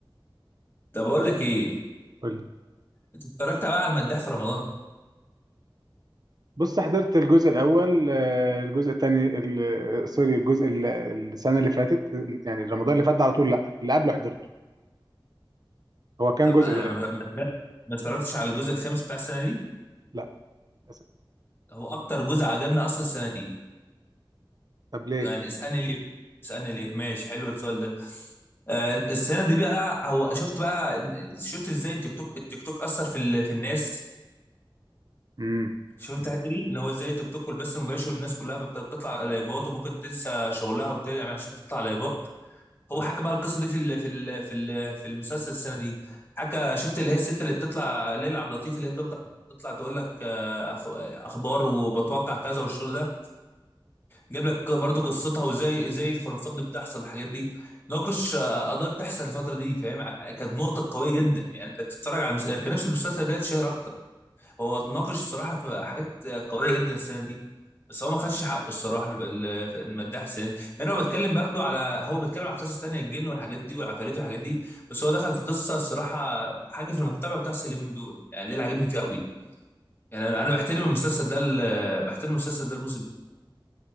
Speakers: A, on the left (about 25°); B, on the right (about 50°).
A: طب اقول لك ايه
B: قول
A: انت اتفرجت بقى على المداح في رمضان
B: بص حضرت الجزء الاول آه، الجزء الثاني ال- سوري الجزء ال- السنه اللي فاتت يعني رمضان اللي فات ده على طول لا اللي قبله حضرته هو كام
A: طب
B: جزء
A: انا
B: ده بقى؟
A: ما ما- ما اتفرجتش على الجزء الخامس بتاع السنه دي
B: لا للأسف.
A: هو اكتر جزء عجبني اصلا السنه دي
B: طب ليه
A: يعني اسالني ليه اسالني ليه ماشي حلو السؤال ده آه السنه دي بقى هو شفت بقى شفت ازاي التيك توك التيك توك اثر في ال... في الناس
B: امم
A: شفت الحته دي ان هو ازاي التيك توك والبث المباشر الناس كلها بت- بتطلع لايفات وممكن تنسى شغلها وتعمل عشان تطلع لايفات هو حكى بقى القصه دي في ال في ال في ال في المسلسل السنه دي حكى شفت اللي هي الست اللي بتطلع ليلى عبد اللطيف اللي هي بتطلع بتطلع تقول لك آه، أخ- اخبار وبتوقع كذا والشغل ده جاب لك برضو قصتها وازاي ازاي الخرافات دي بتحصل والحاجات دي ناقش آه، قضايا بتحصل الفتره دي فاهم ع- كانت نقطه قويه جدا يعني انت بتتفرج على المس... كان نفس المسلسل ده يتشهر اكتر هو اتناقش الصراحه في حاجات قويه جدا السنه دي بس هو ما خدش حقه الصراحه ال- ال- المداح السنه دي لان هو بيتكلم برضو على هو بيتكلم عن قصص تانية الجن والحاجات دي والعفاريت والحاجات دي بس هو دخل في قصه الصراحه حاجه في المجتمع بتحصل اليومين دول يعني ده اللي عاجبني فيه قوي يعني انا أنا بحترم المسلسل ده ال- بحترم المسلسل ده الموسم ده.